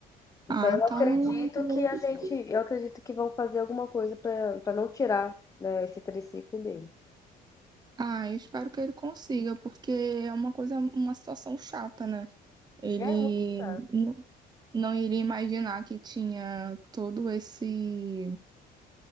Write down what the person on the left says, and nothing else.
Então
eu
acredito que a
gente, eu acredito que vão fazer alguma coisa para para não tirar, né, esse triciclo dele.
É muito chato.